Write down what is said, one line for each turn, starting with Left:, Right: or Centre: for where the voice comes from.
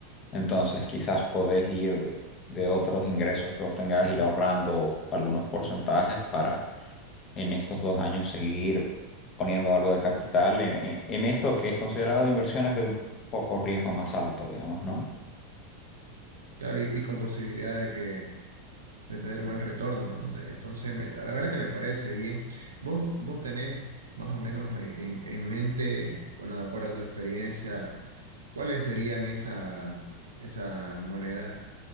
Left: Entonces, quizás podés ir de, de otros ingresos que vos tengas, ir ahorrando algunos porcentajes para en estos dos años seguir poniendo algo de capital en, en- en esto que es considerado inversiones de un poco riesgo más alto, digamos, ¿no?
Right: Claro, y, y con posibilidad de que de tener buen retorno, ¿no? De- Entonces, me- la verdad que me parece bien. Vos, vos tenés más o menos en, en- en mente, bueno, de acuerdo a tu experiencia, ¿cuáles serían esa, esas monedas